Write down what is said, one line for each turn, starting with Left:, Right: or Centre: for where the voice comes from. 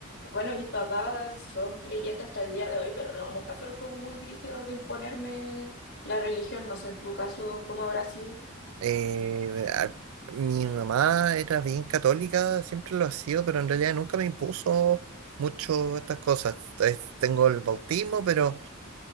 Left: bueno, mis papás son creyentes hasta el día de hoy, pero no, nunca fueron como muy brígidos de imponerme la religión. No sé, en tu caso, ¿cómo habrá sido?
Right: Eh, a- mi mamá era bien católica, siempre lo ha sido, pero en realidad nunca me impuso mucho estas cosas. Es- tengo el bautismo, pero